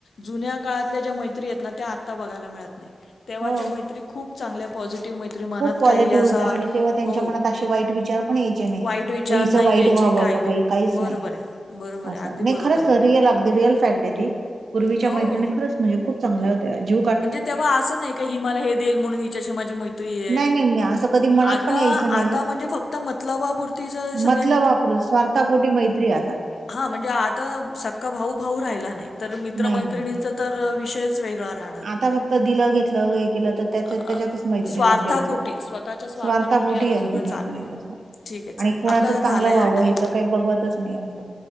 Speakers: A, on the left (about 75°); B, on the right (about 85°).
A: जुन्या काळातल्या ज्या मैत्री आहेत ना त्या आता बघायला मिळत नाही तेवच्या
B: हो
A: मैत्री खूप चांगल्या पॉझिटिव्ह मैत्री मनात
B: खूप पॉझिटिव्ह
A: काही असा
B: होता आणि तेव्हा त्यांच्या
A: हो
B: मनात असे वाईट विचार पण यायचे नाही
A: वाईट विचार
B: का इचं
A: नाही
B: वाईट
A: यायचे
B: व्हावं का
A: नाही.
B: काही काहीच
A: बरोबर
B: नाही
A: आहे, बरोबर
B: असं
A: आहे, अगदी
B: नाही
A: बरोबर
B: खरच
A: आहे.
B: रिअल अगदी रिअल फॅक्ट आहे ती पूर्वीच्या
A: हो
B: मैत्रिणी खरच म्हणजे खूप चांग होत्या जी
A: म्हणजे तेव्हा असं नाही का हि मला हे देई म्हणून हिच्याशी माझ माहिती
B: नाही नाही नाही असं कधी मनात
A: आता
B: पण यायचं नाही
A: आता
B: हो
A: म्हणजे फक्त मतलबापुरती सगळ
B: मतलब वापरू स्वार्तापोटी मैत्री आता
A: हा म्हणजे आता सक्का भाऊ भाऊ राहिला नाही तर मित्रमैत्रिणींचा
B: नाही नाही
A: तर विषयच वेगळा राहणार आहे.
B: आता फक्त दिलं घेतलं हे केलं तर त्या त्याच्यातच
A: अ,
B: मैत्रीणी
A: स्वार्थापोटी
B: म्हणजे असं
A: स्वतःच्या स्वार्थापोटी
B: स्वार्थ पोटी
A: आता सगळं
B: अदी मत
A: चालू आहे.
B: असं
A: ठीक आहे
B: आणि
A: चालेल
B: कुणाचं
A: आपला झालाय
B: चांगलं व्हावं
A: हा टाईम
B: हे तर काही बघतच नाही असं